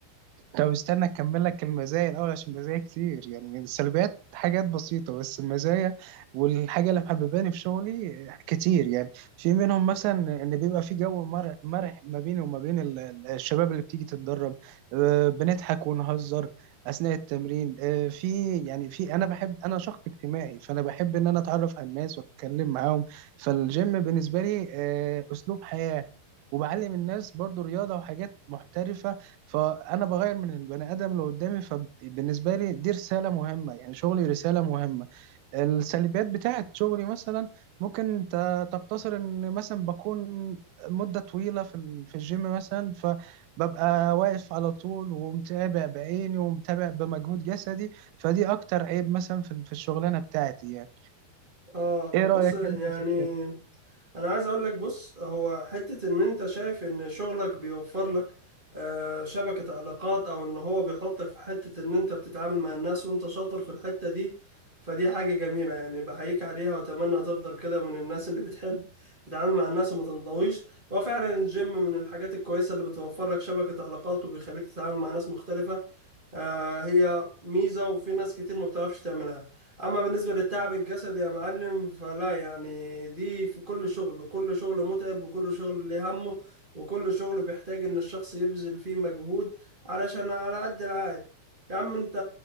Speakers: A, on the right; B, on the right.
A: طب استنى اكمل لك المزايا الاول عشان المزايا كتير يعني السلبيات حاجات بسيطه بس المزايا والحاجه اللي محبباني في شغلي كتير يعني في منهم مثلا ان بيبقى في جو مر- مرح ما بيني وما بين ال- ال- الشباب اللي بتيجي تتدرب آه، بنضحك ونهزر اثناء التمرين آه، في يعني في انا بحب انا شخص اجتماعي فانا بحب ان انا اتعرف على الناس واتكلم معاهم فالجيم بالنسبه لي آه، اسلوب حياه وبعلم الناس برضو رياضة وحاجات محترفة فانا بغير من البني ادم اللي قدامي فبالنسبه لي دي رساله مهمه يعني شغلي رساله مهمه السلبيات بتاعت شغلي مثلا ممكن ت- تقتصر ان مثلا بكون مده طويله في ال- في الجيم مثلا فببقى واقف على طول ومتابع بعيني ومتابع بمجهود جسدي فدي اكتر عيب مثلا في ال- في الشغلانه بتاعتي يعني
B: اه طب
A: ايه رايك
B: بص يعني
A: انت في الكلام
B: انا عايز اقول لك بص هو حتة ان انت شايف ان شغلك بيوفر لك آه، شبكة علاقات او ان هو بيحطك في حتة ان انت بتتعامل مع الناس وانت شاطر في الحتة دي فدي حاجة جميلة يعني بحييك عليها واتمنى تفضل كده من الناس اللي بتحب تتعامل مع الناس وما تنطويش هو فعلا الجيم من الحاجات الكويسة اللي بتوفر لك شبكة علاقات وبيخليك تتعامل مع ناس مختلفة آه، هي ميزة وفي ناس كتير ما بتعرفش تعملها أما بالنسبة للتعب الجسدي يا معلم فلا يعني دي في كل شغل وكل شغل متعب وكل شغل ليه همه وكل شغل بيحتاج إن الشخص يبذل فيه مجهود علشان على قد العائد يا عم أنت